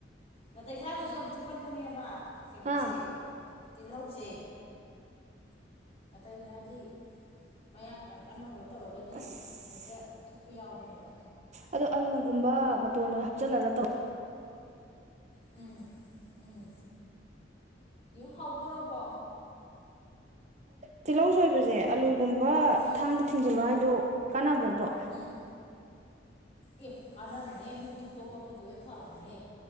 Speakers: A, on the left (about 35°); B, on the right (about 40°).
A: ꯅꯥꯇꯩꯖꯥꯗꯁꯨ ꯌꯥꯝ ꯊꯨꯀꯟꯕꯅꯦ ꯍꯥꯏꯕ ꯀꯩꯅꯣꯁꯦ
B: ꯑꯥ
A: ꯇꯤꯜꯍꯧꯁꯦ ꯃꯇꯩ ꯍꯥꯏꯗꯤ ꯃꯌꯥꯝ ꯌꯥꯝ ꯀꯟꯅ ꯀꯩꯅꯣ ꯇꯧꯔꯒꯗꯤ
B: ꯑꯁ
A: ꯍꯦꯛꯇ ꯊꯨꯞꯄ ꯌꯥꯎꯕꯅꯦꯕ
B: ꯑꯗꯣ ꯑꯂꯨꯒꯨꯝꯕ ꯇꯣꯟ ꯍꯥꯞꯆꯤꯜꯂꯒ
A: ꯎꯝ ꯎꯝ ꯌ ꯍꯧꯗꯣꯔꯔꯕꯣ
B: ꯇꯤꯜꯍꯧ ꯁꯣꯏꯕꯁꯦ ꯑꯂꯨꯒꯨꯝꯕ
A: ꯎꯝ
B: ꯊꯥꯡꯗ ꯊꯤꯡꯖꯤꯜꯂꯣ ꯍꯥꯏꯗꯣ ꯀꯥꯟꯅꯕ꯭ꯔꯣꯗꯣ
A: ꯎꯝ ꯑꯦ ꯀꯥꯟꯅꯕꯅꯤꯍꯦ ꯃꯤꯠ ꯊꯨꯞꯄ ꯈꯣꯠꯄꯗꯤ ꯂꯣꯏ ꯐꯕꯅꯤꯍꯦ